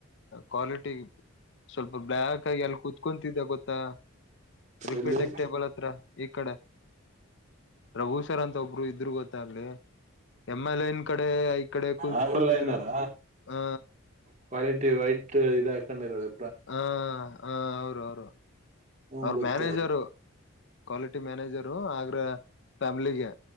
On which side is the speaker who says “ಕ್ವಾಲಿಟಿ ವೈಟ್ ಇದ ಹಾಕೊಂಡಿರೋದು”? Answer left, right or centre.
Right